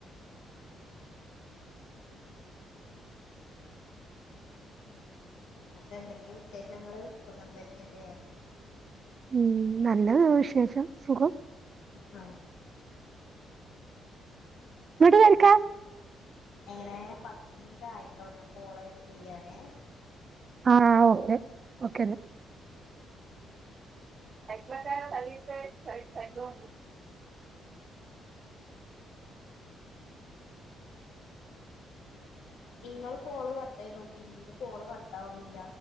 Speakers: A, on the left; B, on the right.
A: ആ ശരി. ന്നട്ട് എന്തൊക്കെ വിശേഷങ്ങള് സുഖം തന്നെല്ലെ
B: ഉം നല്ല വിശേഷം സുഖം
A: ഹ
B: ങ്ങട്ട് കേറിക്ക
A: എങ്ങനെ പത്ത് മിനിറ്റ് ആയിട്ടോ ഞാൻ കോള് കട്ടയ്യാണെ
B: ആഹ് ഓക്കെ ഓക്കെന്നാ <unintelligible>
A: ഇങ്ങള് കോള് കട്ടായ് തോക്കി ഇന്നീന്റ കോള് കട്ടാവ്ണില്ല.